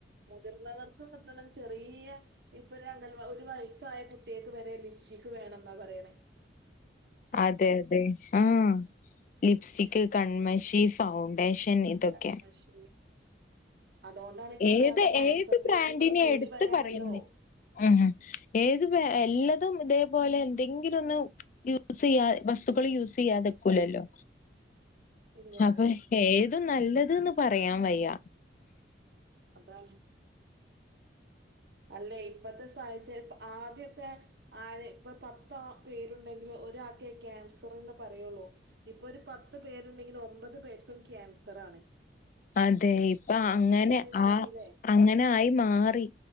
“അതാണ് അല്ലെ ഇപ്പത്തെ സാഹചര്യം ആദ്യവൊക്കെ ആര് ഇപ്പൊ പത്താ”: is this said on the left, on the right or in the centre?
Right